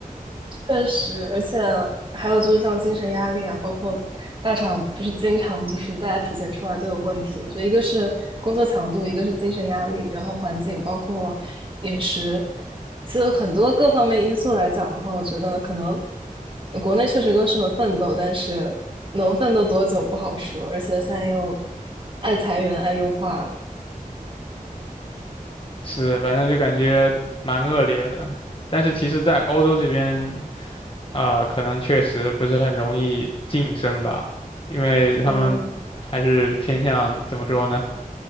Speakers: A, on the right; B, on the left.
A: 确实，而且还有就是像精神压力啊，包括大厂不是经常就是大家体检出来都有问题。我觉得一个是工作强度，一个是精神压力，然后环境包括饮食，其实很多各方面因素来讲的话，我觉得可能国内确实更适合奋斗，但是能奋斗多久不好说。而且现在又爱裁员、爱优化，
B: 是，反正就感觉蛮恶劣的。但是其实，在欧洲这边，啊、可能确实不是很容易晋升吧，因为他们还是偏向怎么说呢？
A: 嗯